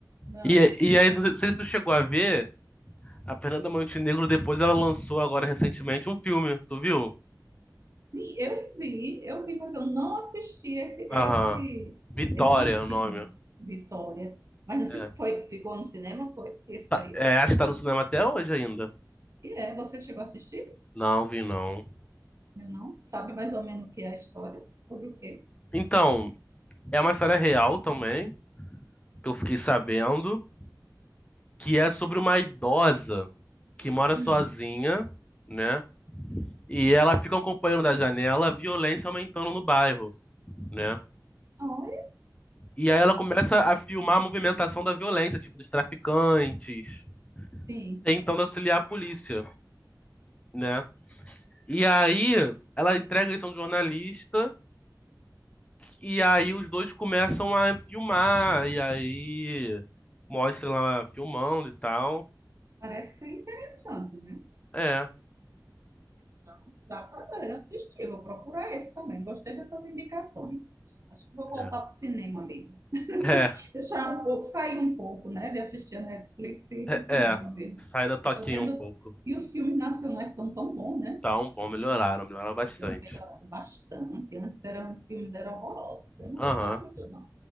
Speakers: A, on the right (about 45°); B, on the left (about 20°).
A: Não.
B: E, e aí, não sei não sei se tu chegou a ver, a Fernanda Montenegro depois ela lançou agora recentemente um filme, tu viu?
A: Sim, eu vi, eu vi, mas eu não assisti esse, esse,
B: Aham. Vitória
A: esse
B: é o
A: filme,
B: nome.
A: Vitória. Mas não
B: É.
A: fi- foi, ficou no cinema, foi esse
B: Tá-
A: daí?
B: é, acho que tá no cinema até hoje ainda.
A: E é, você chegou a assistir?
B: Não vi, não.
A: Eu não. Sabe mais ou menos o que é a história? Sobre o quê?
B: Então, é uma história real também, que eu fiquei sabendo, que é sobre uma idosa que mora sozinha,
A: Hum.
B: né? E ela fica acompanhando da janela a violência aumentando no bairro, né?
A: Olha,
B: E aí ela começa a filmar a movimentação da violência, tipo, dos traficantes,
A: sim,
B: tentando auxiliar a polícia, né? E aí ela entrega isso a um jornalista E aí os dois começam a filmar, e aí mostra lá filmando e tal.
A: parece ser interessante, né?
B: É,
A: Então, dá para assistir, vou procurar esse também. Gostei dessas indicações. Acho que vou voltar
B: é,
A: para o cinema mesmo.
B: é,
A: deixar um pouco, sair um pouco, né, de assistir a Netflix e ir
B: é.
A: para o cinema
B: é.
A: mesmo.
B: Sai da toquinha
A: E tá tendo
B: um pouco.
A: e os filmes nacionais estão tão bons, né?
B: Tá um bom, melhoraram, melhoraram bastante.
A: Então, melhoraram bastante. Antes eram os filmes eram horrorosos. Eu não
B: Aham,
A: gostava muito não.